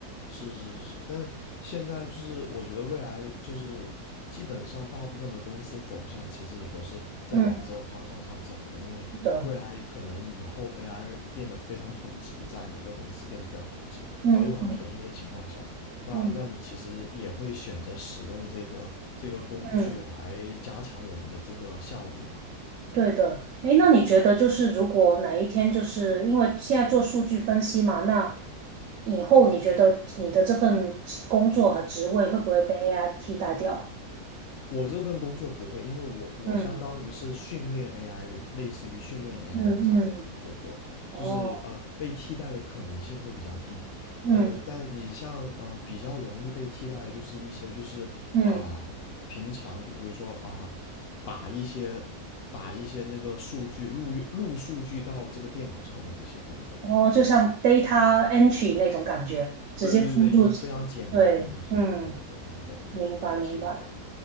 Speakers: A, on the left (about 65°); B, on the right (about 65°).
A: 是是是是，但现在就是我觉得未来就是基本上大部分的公司走向其实也都是在往这个方向上走的，
B: 嗯，
A: 因为未来可能以后
B: 是的，
A: AI 变得非常普及，在每个公司变得非常普及，
B: 嗯
A: 然后又很便宜的情况下，那那你其实也会选择使用这个这个工具来加强我们的这个效率嘛。
B: 嗯嗯。对的，诶，那你觉得就是如果哪一天就是因为现在做数据分析嘛，那以后你觉得你的这份职工作和职位会不会被 AI 替代掉？
A: 我这份工作不会，因为我我相当于是训练
B: 嗯
A: AI 的，类似于训练 AI
B: 嗯嗯，
A: 的这样子的一份工作，
B: 哦，
A: 就是呃被替代的可能性会比较低，
B: 嗯
A: 呃，但你像呃比较容易被替代的就是一些就是啊、
B: 嗯，
A: 呃平常就比如说啊、打一些打一些那个数据录录数据到这个电脑上的那些工作，
B: 哦，
A: 可能就是
B: 就像 data entry 那种感觉，直接输入，
A: 对对对，就是非常简单的那些那些工作可能会被会被替代掉。
B: 对，嗯，明白明白，